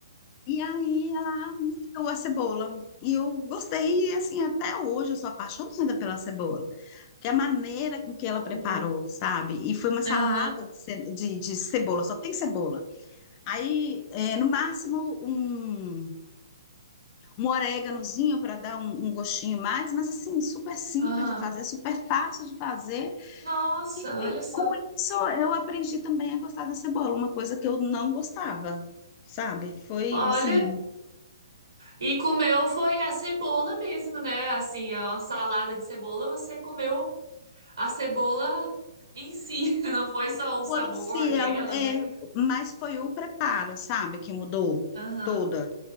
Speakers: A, on the left; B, on the right.
A: E aí ela me deu a cebola. E eu gostei, e assim, até hoje eu sou apaixonada pela cebola, que é a maneira com que
B: Olha.
A: ela preparou, sabe? E foi uma salada
B: Aham,
A: de, ce- de, de cebola, só tem cebola. Aí, eh, no máximo, um. um oréganozinho para dar um, um, gostinho mais, mas assim, super simples
B: aham.
A: de fazer, super fácil de fazer.
B: Nossa,
A: E
B: olha só.
A: com isso eu aprendi também a gostar da cebola, uma coisa que eu não gostava, sabe? Foi
B: Olha.
A: assim,
B: E comeu foi a cebola mesmo, né? Assim, a salada de cebola, você comeu a cebola em si. <laughs> Não foi só
A: o
B: o sabor
A: bolo em si,
B: dela,
A: é, um- é,
B: né?
A: mas foi o preparo, sabe, que mudou
B: Aham.
A: toda.